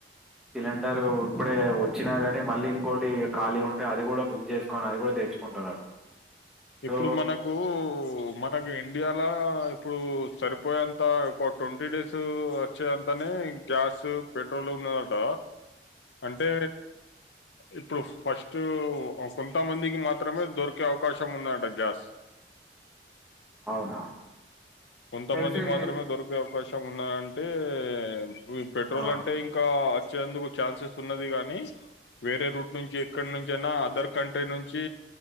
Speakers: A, in the centre; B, on the left (about 85°).
A: సిలిండర్ ఇప్పుడే వచ్చినా ని మళ్ళీ ఇంకోటి ఖాళీ ఉంటే అది కూడా బుక్ చేసుకని అది కూడా తెచ్చుకుంటున్నారు సో
B: ఇప్పుడు మనకు ఉ మనకి ఇండియాలో ఇప్పుడు సరిపోయేంత ట్వంటీ డేస్ వచ్చే అంతనే గ్యాస్ పెట్రోల్ ఉన్నదట అంటే ఇప్పుడు ఫస్ట్ కొంతమందికి మాత్రమే దొరికే అవకాశం ఉన్నాట గ్యాస్
A: అవునా
B: కొంతమందికి
A: తెలిసి
B: మాత్రమే దొరికే అవకాశం ఉన్నా టే యే ఈ పెట్రోల్
A: ఆ
B: అంటే ఇంకా వచ్చేందుకు ఛాన్సెస్ ఉన్నది గాని వేరే రూట్ నుంచి ఎక్కడ నుంచి అయినా అదర్ కంట్రీ నుంచి